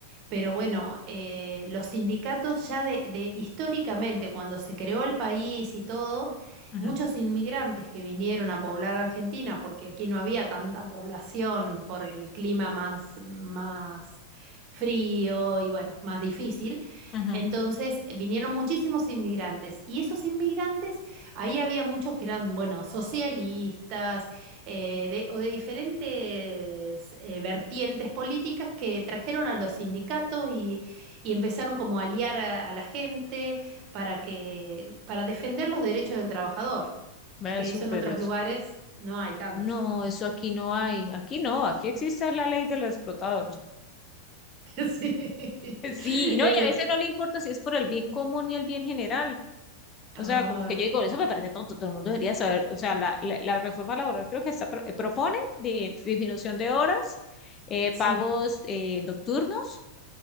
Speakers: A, on the right (about 40°); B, on the left (about 25°).
A: pero bueno, eh, los sindicatos ya de, de- históricamente, cuando se creó el país y todo,
B: Ujú,
A: muchos inmigrantes que vinieron a poblar Argentina, porque aquí no había tanta población por el clima más, más frío y bueno, más difícil,
B: ujú.
A: entonces eh, vinieron muchísimos inmigrantes y esos inmigrantes, ahí había muchos que eran, bueno, socialistas, eh, de- o de diferentes eh, vertientes políticas que trajeron a los sindicatos y, y empezaron como a aliar a, a la gente para que, para defender los derechos del trabajador,
B: Ve
A: que
B: súper
A: eso en otros
B: eso.
A: lugares no hay tanto.
B: No,
A: <laughs>
B: eso aquí no hay, aquí no, aquí existe la ley del explotador.
A: Sí.
B: Sí, no,
A: Ese-
B: y a veces no le importa si es por el bien común y el bien general. O
A: ay,
B: sea, como que yo digo, eso
A: claro.
B: me parece tonto, todo el mundo debería saber, o sea, la, la, la reforma laboral creo que está, pro- eh, propone de disminución de horas, eh, pagos
A: Sí,
B: eh, nocturnos